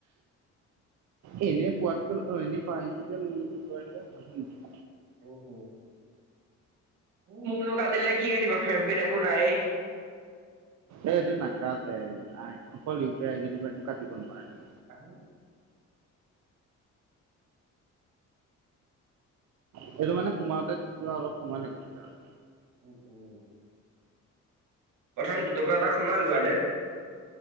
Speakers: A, on the right; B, on the right.
A: এই এনে পোৱাতকৈ অ এনে পানী <unintelligible>
B: উ' উ। <unintelligible> নো কাটিলে কি কাটিবা ফেম পিত একো নাই।
A: এই এইটো নাকাতে, অকল ৰিপেয়াৰি <unintelligible> টো একো কাটিব নোৱাৰে।
B: <unintelligible>
A: সেইটো মানে সোমাওঁতে কিবা অলপ সময় লাগিব কিবা এটা।
B: উ, উ' প্ৰথম দুটকা এটা সোমাল বা দেই।